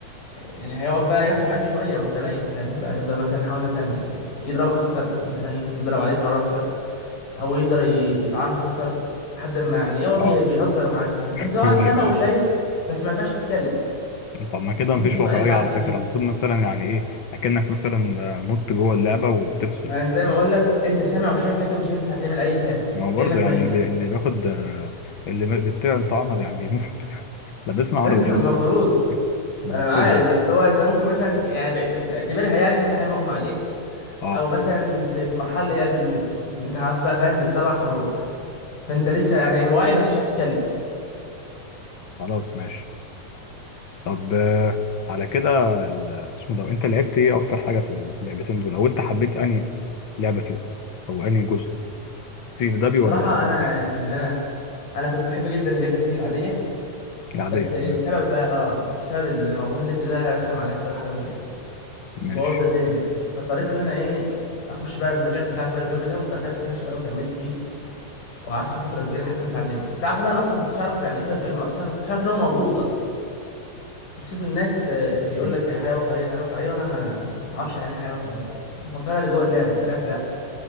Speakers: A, on the left (about 80°); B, on the left (about 50°).
A: يعني هيقعد بقى يرخم عليك شويه وانت ميت فاهمني بقى يفضل مثلا يحاول مثلا ي- يضربك اكتر وانت ميت يضرب عليك نار اكتر او يقدر ي- يطعنك اكتر لحد ما يعني ايه هو بيه-
B: اه
A: بيهزر معاك فاهمني انت
B: <laughs>
A: طبعا
B: ايوه
A: سامع وشايف
B: ايوه
A: بس ما ينفعش تتكلم
B: طب ما كده
A: وممكن
B: مفيش واقعية
A: بقى اسعاف
B: على
A: تيجي
B: فكرة المفروض مثلا يعني ايه اكنك مثلا آه، مت جوه اللعبة وبتفصل
A: ما أنا زي ما اقول لك انت سامع وشايف لكن مش عارف هتعمل اي فعل
B: ما هو برضه
A: كانك
B: يعني
A: ميت
B: اللي
A: فعلا
B: اللي بياخد آه، اللي بيطير طعنه يعني بيموت <laughs> لا بيسمع
A: <laughs> ده
B: ولا بيشوف
A: المفروض
B: ده
A: انا
B: المفروض
A: معاك
B: يعني
A: بس هو انت ممكن مثلا يعني بيعت- بيعتبرها يعني ان انت حي مغمى عليك
B: اه
A: او مثلا في في مرحله اللي هي قبل الموت انت خلاص بقى فاهم بتطلع في الروح فانت لسه يعني إيه، واعي بس مش عارف تتكلم
B: خلاص ماشي طب آه، على كده ال- اسمه ده انت لعبت ايه اكتر حاجه في ال- في اللعبتين دول او انت حبيت انهي لعبه فيهم او انهي جزء سي في دبليو
A: صراحه
B: ولا
A: انا
B: ار بي
A: يعني انا انا كنت بحب جدا جاتا في العاديه
B: العاديه
A: بس لسبب
B: تمام
A: بقى اه بس بسبب الموضوع النت ده رخم عليا الصراحه قوي يعني وبوظ
B: ماشي
A: لي الدنيا يعني فاضطريت ان انا ايه اخش بقى في المجال بتاع الفايف ام ده ودخلت يا باشا بقى وكملت فيه وقعدت فيه فتره كبيره لحد ما اتعلمت تعرف ان انا اصلا ما كنتش اعرف يعني ايه 5 ام اصلا وما كنتش عارف ان هو موجود اصلا كنت اشوف الناس آه، يقول
B: مم.
A: لك حياه واقعيه حياه واقعيه وانا ما ما اعرفش يعني ايه حياه واقعيه أصلاً. كنت مفكرها اللي جوه اللعبه طلعت لا